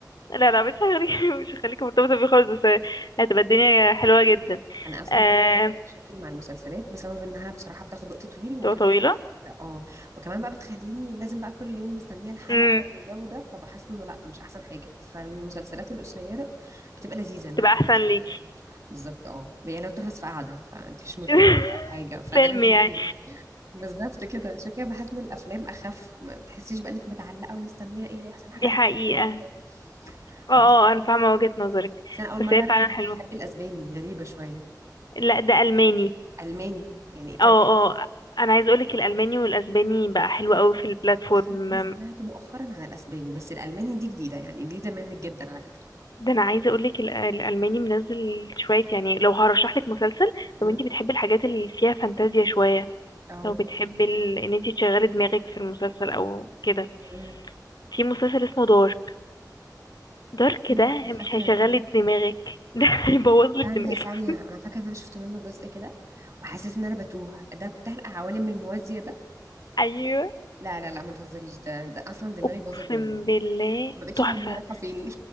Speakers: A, on the left; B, on the right.
A: لا لا مش هيخليك <laughs> مش هيخليك مرتبطة بيه خالص بس هتبقى الدنيا حلوة جدا
B: انا اصلا
A: آه...
B: عندي دايماً مشاكل مع المسلسلات بسبب انها بصراحه بتاخد وقت طويل وكمان
A: تبقى طويلة
B: اه وكمان بقى بتخليني لازم بقى كل يوم مستنيه الحلقه
A: امم
B: والجو ده فبحس انه لا مش احسن حاجه فالمسلسلات القصيره بتبقى لذيذه انها
A: تبقى
B: بتخلص
A: أحسن ليكي
B: بسرعه بالظبط اه يعني لو بتخلص في قعده فانت مش مرتبطه
A: <laughs>
B: بقى بحاجه فده
A: فيلم
B: لذيذ
A: يعني
B: جدا بالظبط كده عشان كده بحس ان الافلام اخف ما بتحسيش بقى انك متعلقه ومستنيه ايه هيحصل الحلقه
A: <laughs> دي حقيقة
B: الجايه وكده.
A: اه
B: بس
A: اه أنا فاهمة وجهة نظرك
B: بس انا اول
A: بس
B: مره
A: هي
B: اعرف
A: فعلا
B: انك بتحبي
A: حلوة
B: الاسباني غريبه شويه
A: لا ده ألماني
B: الماني يعني كمان
A: اه اه أنا عايز أقولك الألماني والأسباني بقى حلو قوي في البلاتفورم
B: بصي هو انا سمعت مؤخرا عن الاسباني بس الالماني دي جديده يعني جديده منك جدا على فكره
A: ده انا عايزه اقول لك الالماني منزل شويه يعني لو هرشح لك مسلسل
B: امم
A: لو انت بتحبي الحاجات اللي فيها فانتازيا شويه
B: اه
A: لو بتحبي ال... ان انت تشغلي دماغك في المسلسل او كده
B: امم
A: في مسلسل اسمه دارك دارك
B: ايوه
A: ده
B: انا فاكره
A: مش هيشغلي
B: ان انا
A: دماغك <laughs> ده هيبوظ لك
B: ثانيه
A: دماغك
B: ثانيه انا فاكره ان انا شفت منه جزء كده وحسيت ان انا بتوه ده بتاع العوالم الموازيه ده
A: ايوه
B: لا لا لا ما تهزريش ده ده اصلا دماغي
A: اقسم
B: باظت منه
A: بالله
B: ما بقتش
A: تحفه
B: فاهمه انا رايحه فين